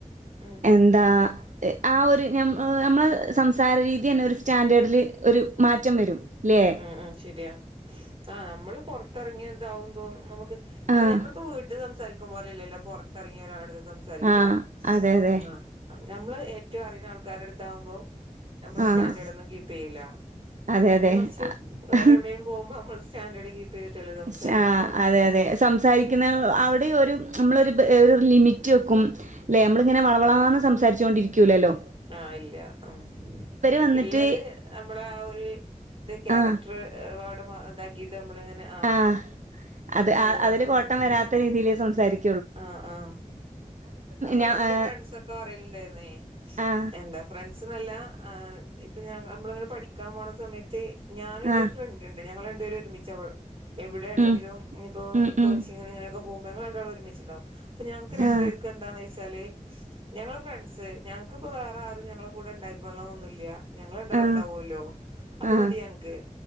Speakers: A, on the right; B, on the right.
A: ഉം
B: എന്താ ആ ഒരു ഞമ് ഞമ്മളെ സംസാര രീതി തന്നെ ഒരു സ്റ്റാൻഡേഡില് ഒരു മാറ്റം വരും. ല്ലേ
A: ഉം ഉം ശരിയാ ആഹ് നമ്മള് പൊറ ത്തെറങ്ങി ഇതാവുമ്പോ നമ്മക്ക് അല്ല
B: ആഹ്
A: ഞമ്മളിപ്പോ വീട്ട് സംസാരിക്കും പോലെയല്ലല്ലോ പൊറത്തെറങ്ങി ഒരാളെടുത്ത് സംസാ സാരിക്കാ
B: ആഹ് അതെ അതെ.
A: ആഹ് ഞമ്മള് ഏറ്റോം അറിയണ ആൾക്കാരെടുത്താവുമ്പം നമ്മള്
B: ആഹ്
A: സ്റ്റാൻഡേർഡൊന്നും കീപ്പ് ചെയ്യില്ല
B: അതെ
A: ന്നേരം
B: അതെ
A: കൊറച്ച് വേറെ എവിടെ പോകുമ്പോ നമ്മള് സ്റ്റാൻഡേഡ് കീപ്പ് ചെയ്തിട്ടല്ലേ സംസാരിക്കാ
B: സ് ആഹ് അതെ അതെ സംസാരിക്കുന്ന അവിടെ ഒരു നമ്മളൊരു ബ ലിമിറ്റ് റ്റ് വെക്കും ല്ലേ
A: ഉം
B: നമ്മളിങ്ങനെ വളവളാണെന്ന് സംസാരിച്ച് കൊണ്ടിരിക്കൂല്ലല്ലോ
A: ആഹ് ഇല്ല ഉം
B: വന്നിട്ട്
A: ഇള്ളത് നമ്മളെ ആ ഒരു ഇത് ക്യാരക്ടറ്
B: ആ
A: ഏഹ് അവിടെ ഇതാക്കിയിട്ട് നമ്മളിങ്ങനെ
B: ആഹ് അത്
A: അങ്ങനെയല്ലേ
B: അ
A: സംസാരിക്കാ
B: അതില് കോട്ടം വരാത്ത രീതിയില് സംസാരിക്ക്
A: ആഹ് ആഹ് അപ്പൊ
B: ഞാ
A: ഇന്റെ
B: ആ
A: ഫ്രണ്ട്സ് ഒക്ക് പ്പ പറയല്ണ്ടായിരുന്നെ
B: ആ
A: എന്താ ഫ്രണ്ട് സ്ന്നല്ല ആഹ് ഇപ്പൊ ഞാ നമ്മളിങ്ങനെ പഠിക്കാൻ പോണ സമയത്ത് ഞാനും ഇന്റെ
B: ആ
A: ഒരു ഫ്രണ്ട് ഇണ്ട് ണ്ട് ഞങ്ങള് രണ്ട് പേരും ഒരുമിച്ചാ <unintelligible> എവിടെയാണെങ്കിലും
B: ഉം
A: ഇനിയപ്പോ
B: ഉം
A: ഈ കോച്ചിങ്ങിന്
B: ഉം
A: ഇങ്ങനൊക്കെ പോകുമ്പോ ഞങ്ങള് രണ്ടാളും ഒരുമിച്ചുണ്ടാവും അപ്പൊ ഞങ്ങക്ക് രണ്ടു
B: ആ
A: പേര്ക്കും എന്താന്ന് ചോയിച്ചാല് ഞങ്ങള് ഫ്രണ്ട്സ് ഞങ്ങക്ക്പ്പോ വേറെ ആരും ഞങ്ങളെ കൂടെ ഇണ്ടായിക്കോളണന്നൊന്നും ഇല്ല ഞങ്ങള് രണ്ടാളും
B: ആ
A: ഇണ്ടാവല്ലോ അത്
B: ആ
A: മതി ഞങ്ങക്ക്